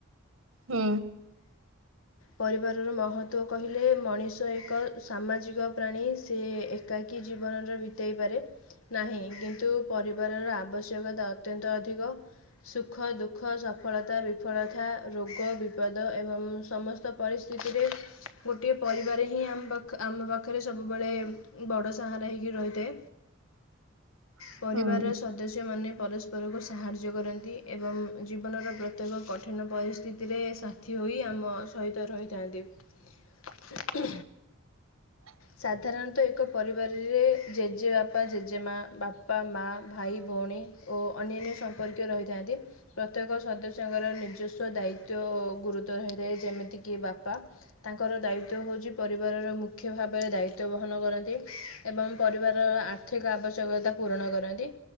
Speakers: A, on the right (about 85°); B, on the left (about 85°).
A: ହଁ।
B: ପରିବାରର ମହତ୍ଵ କହିଲେ ମଣିଷ ଏକ ସାମାଜିକ ପ୍ରାଣୀ ସେ ଏ ଏକାକି ଜୀବନରେ ବିତେଇ ପାରେ ନାହିଁ କିନ୍ତୁ ପରିବାରର ଆବଶ୍ୟକତା ଅତ୍ୟନ୍ତ ଅଧିକ। ସୁଖ, ଦୁଃଖ, ସଫଳତା, ବିଫଳତା, ରୋଗ, ବିପଦ ଏବଂ ସମସ୍ତ ତ ପରିସ୍ଥିତିରେ ଗୋଟିଏ ପରିବାର ହିଁ ଆମ ପାଖ ଆମ ପାଖରେ ସବୁବେଳେ ବଡ଼ ସାହାରା ହେଇକି ରହିଥାଏ।
A: <inaudible>
B: ପରିବାରର
A: ହୁଁ
B: ସଦସ୍ୟମାନେ ପରସ୍ପରକୁ ସାହାଯ୍ୟ କରନ୍ତି। ଏବଂ ଜୀବନର ପ୍ରତ୍ୟେକ କଠିନ ପରିସ୍ଥିତିରେ ସାଥି ହୋଇ ଆମ ସହିତ ରହିଥାନ୍ତି। ହୁଁ
A: ହ
B: ସାଧାରଣତଃ ଏକ ପରିବାରରେ ଜେଜେବାପା, ଜେଜେମା, ବାପା, ମା, ଭାଇ, ଭଉଣୀ ଓ ଅନ୍ୟାନ୍ୟ ସମ୍ପର୍କୀୟ ରହିଥାନ୍ତି। ପ୍ରତ୍ୟେକ ସଦସ୍ୟଙ୍କର ନିଜସ୍ୱ ଦାୟିତ୍ଵ ଗୁରୁତର ହୋଇଥାଏ ଯେମିତିକି ବାପା ତାଙ୍କର ଦାୟିତ୍ୱ ହେଉଛି ପରିବାରର ମୁଖ୍ୟ ଖ୍ୟ ଭାବରେ ଦାୟିତ୍ୱ ବହନ କରନ୍ତି ଏବଂ ପରିବାରର ଆର୍ଥିକ ଆବଶ୍ୟକତା ପୂରଣ କରନ୍ତି।